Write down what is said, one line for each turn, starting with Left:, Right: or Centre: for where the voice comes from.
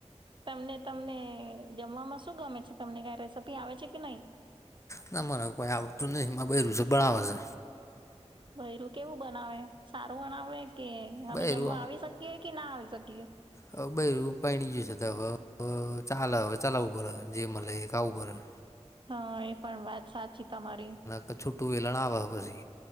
Right: તમને તમને જમવામાં શું ગમે છે તમને કાંઈ રેસીપી આવે છે કે નહીં?
Left: ના મરે કોઈ આવડતું નહીં મારું બૈરું છે બનાવે છે.
Right: બૈરું કેવું બનાવે સારું બનાવે કે
Left: બૈરું
Right: અમે જમવા આવી શકીએ કે ના આવી શકીએ?
Left: હ બૈરું પાયણી ગયું છે તો હાલ ચાલઉ પડે જે મળે એ ખાવું પડે. હ.
Right: હા એ પણ વાત સાચી તમારી.
Left: તો છુટું વેલણ આવ પછી